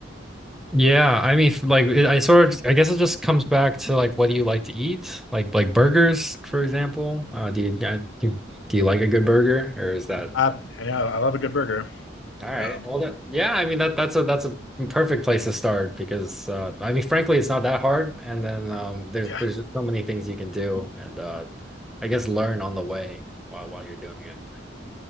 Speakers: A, in the centre; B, on the left (about 75°).
A: Yeah, I mean, f- like it- I sort of, I guess it just comes back to like what do you like to eat? Like like burgers, for example. Uh, do you, uh, do do you like a good burger, or is that
B: Um, I know I love a good burger.
A: all right?
B: Um,
A: Well, that, yeah, I mean that that's a that's a perfect place to start because uh, I mean, frankly, it's not that hard, and then um, there's
B: yeah,
A: there's just so many things you can do, and uh, I guess learn on the way while while you're doing it.